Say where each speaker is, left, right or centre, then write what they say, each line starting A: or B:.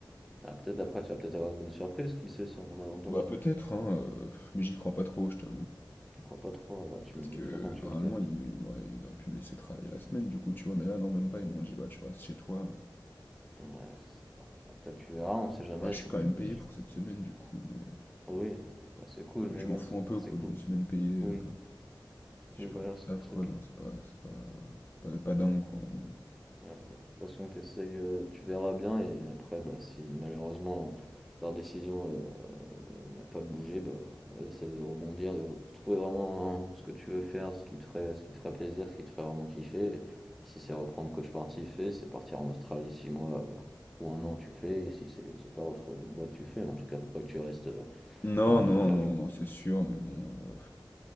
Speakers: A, in the centre; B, on the left.
A: Ah, peut-être après, tu vas peut-être avoir une bonne surprise, qui sait, sans un malentendu.
B: Bah peut-être, hein, heu, mais j'y crois pas trop, je t'avoue.
A: Tu crois pas trop, ah bah, tu
B: Parce
A: me dis,
B: que
A: de toute façon, tu
B: normalement,
A: me diras.
B: ils me ils m'auraient ils auraient pu me laisser travailler la semaine du coup, tu vois? Mais là, non, même pas, ils m'ont dit: «Bah, tu restes chez toi».
A: Ouais, je Bah, peut-être tu verras, on sait jamais.
B: Bah, je
A: ça-
B: suis quand même payé pour
A: ça-
B: cette semaine du coup, mais
A: Oui, bah, c'est cool,
B: mais
A: mais
B: je
A: bon,
B: m'en fous
A: c'est
B: un
A: enfin,
B: peu
A: c'est
B: quoi,
A: cool.
B: d'une semaine payée,
A: Oui,
B: heu, si
A: oui,
B: je perds
A: voilà,
B: mon
A: c'est
B: taf
A: pas ça
B: quoi,
A: qui.
B: non, c'est pas c'est pas pas pas dingue quoi, hein.
A: Ouais, bah, de toute façon, t'essayes, euh, tu verras bien, et après, bah, si malheureusement leur décision euh, n'a pas bougé, bah, ouais, essaie de rebondir, de trouver vraiment hein, ce que tu veux faire, ce qui te ferait, ce qui te ferait plaisir, ce qui te ferait vraiment kiffer. Et si c'est reprendre coach sportif, et c'est partir en Australie six mois bah, ou un an, tu le fais. Et si c'est, je sais pas, retrouver notre boîte, tu le fais. Mais en tout cas, faut pas que tu restes, euh,
B: Non,
A: enfin,
B: non,
A: à rien faire.
B: non,
A: tu
B: non, c'est sûr, mais bon, heu,